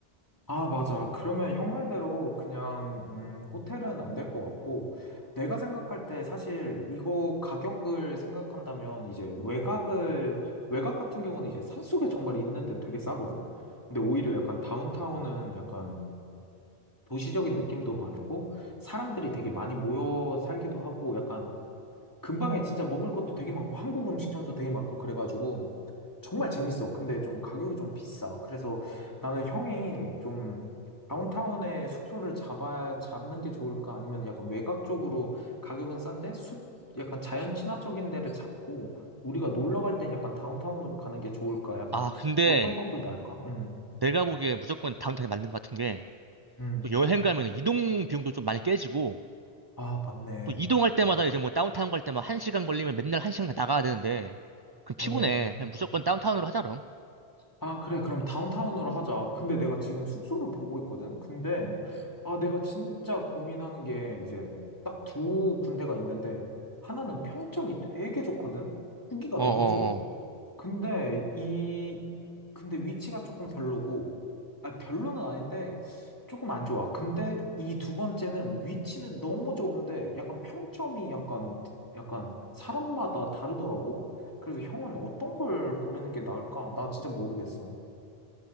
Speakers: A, on the left; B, on the right.
A: 아, 맞아. 그러면 형 말대로 그냥, 음, 호텔은 안 될 것 같고, 내가 생각할 때 사실 이거 가격을 생각한다면 이제 외곽을, 외곽 같은 경우는 이제 산속에 정말 있는데 되게 싸거든? 근데 오히려 약간 다운타운은 약간 도시적인 느낌도 많고, 사람들이 되게 많이 모여 살기도 하고, 약간 근방에 진짜 먹을 것도 되게 많고, 한국 음식점도 되게 많고, 그래가지고, 정말 재밌어. 근데 좀 가격이 좀 비싸. 그래서 나는 형이 좀 다운타운에 숙소를 잡아, 잡는 게 좋을까? 아니면 약간 외곽 쪽으로 가격은 싼데 숙, 약간 자연 친화적인 데를 잡고 우리가 놀러 갈 땐 약간 다운타운으로 가는 게 좋을까? 약간
B: 아, 근데
A: 어떤 방법이 나을까? 음,
B: 내가 보기에 무조건 다운타운이 맞는 것 같은 게
A: 음.
B: 또 여행 가면 이동 비용도 좀 많이 깨지고
A: 아, 맞네.
B: 또 이동할 때마다 이제 뭐 다운타운 갈 때만 한 시간 걸리면 맨날 한 시간 나가야 되는데 그럼 피곤해.
A: 어.
B: 그냥 무조건 다운타운으로 하자 그럼.
A: 아, 그래. 그럼 다운타운으로 하자. 근데 내가 지금 숙소를 보고 있거든? 근데, 아, 내가 진짜 고민하는 게 이제 딱 두 군데가 있는데, 하나는 평점이 되게 좋거든? 후기가
B: 어어어.
A: 너무 좋아. 근데 이, 근데 위치가 조금 별로고, 아, 별로는 아닌데, 조금 안 좋아. 근데 이 두 번째는 위치는 너무 좋은데, 약간 평점이 약간, 약간 사람마다 다르더라고. 그래서 형은 어떤 걸 고르는 게 나을까? 나 진짜 모르겠어.